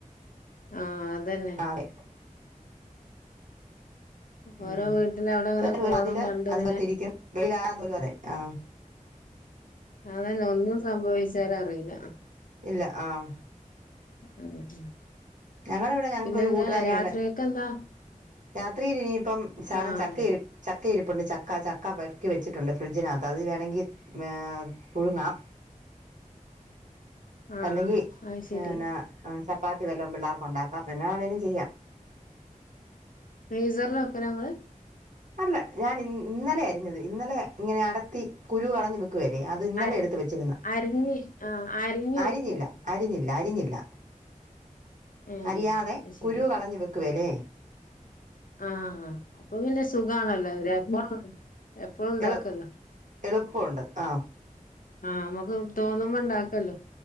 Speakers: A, on the left (about 75°); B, on the right (about 65°).
A: ആഹ് അതന്നെ
B: ആഹ് അതെ
A: ഓരോ
B: ഉം
A: വീട്ടില് അവിടിങ്ങനെ
B: ഇപ്പ
A: ഫോണ്
B: അതില്
A: കണ്ടിങ്ങനെ
B: അതിനകത്തിരിക്കും വെയിലായാ പോലും അതെ ആഹ്
A: അതന്നെ ഒന്നും സംഭവിച്ചാലും അറിയില്ല
B: ഇല്ല ആഹ്
A: ഉം ഉം
B: ഞങ്ങടെ ഇവടെ ഞങ്ങക്കൊരു
A: പിന്നെന്താ
B: കൂട്ടുകാരിയുണ്ട്,
A: രാത്രിക്കെന്താ
B: രാത്രിയില് ഇനിയിപ്പം ശെകലം
A: ആഹ്
B: ചക്ക ഇരി ച ചക്ക ഇരിപ്പുണ്ട് ചക്ക ചക്ക പെറുക്കി വെച്ചിട്ടുണ്ട്, ഫ്രഡ്ജിനകത്ത് അത് വേണെങ്കി ഏഹ് പുഴുങ്ങാം
A: ആഹ്
B: അല്ലെങ്കി <unintelligible>
A: അത് ശരി
B: പാത്തി വല്ലം <unintelligible> ണ്ടാക്കാം പിന്നാണെങ്കിലും ചെയ്യാം
A: ഫ്രീസറിലൊക്കെ നമ്മള്
B: അല്ല ഞാൻ ഇ ഇന്നലെ അരിഞ്ഞത് ഇന്നലെ ഇങ്ങനെ അടത്തി കുരു കളഞ്ഞു വെ വ അത് ഇന്നലെ
A: അരി
B: എടുത്ത് വച്ചിരുന്ന
A: അരിഞ്ഞ് ആഹ് അരിഞ്ഞ്
B: അരിഞ്ഞില്ല
A: വെക്കും
B: അരിഞ്ഞില്ല എല്ലാരിഞ്ഞില്ല
A: ഏഹ്
B: അരീയാതെ
A: അത് ശരി
B: കുരു കളഞ്ഞു വെക്കും ക്ക് വെലേ
A: ആഹ് അപ്പൊ പിന്നെ സുഖ കാണല്ലോ അവര്പ്പോഴ എപ്പോഴും ഇണ്ടാക്കല്ലോ
B: എളു എളുപ്പമുണ്ട് ആ
A: ആ മ്മക്ക് തോന്നുമ്പണ്ടാക്കല്ലോ